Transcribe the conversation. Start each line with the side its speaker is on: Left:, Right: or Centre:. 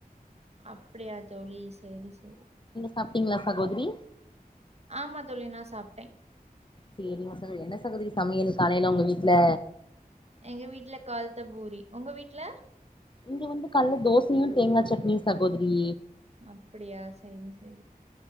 Right: அப்டியா தோழி செரி செரி
Left: சாப்டீங்ளா சகோதிரி
Right: ஆமா தோழி நா சாப்டே
Left: சேரிங்க சகோரி என்ன சகோதரி சமையல் காலைல உங்க வீட்ல
Right: எங்க வீட்ல கால்த்த பூரி ஒங்க வீட்ல
Left: இங்க வந்து கால்ல தோசையு தேங்கா சட்னியு சகோதரி
Right: அப்படியா சேரி சேரி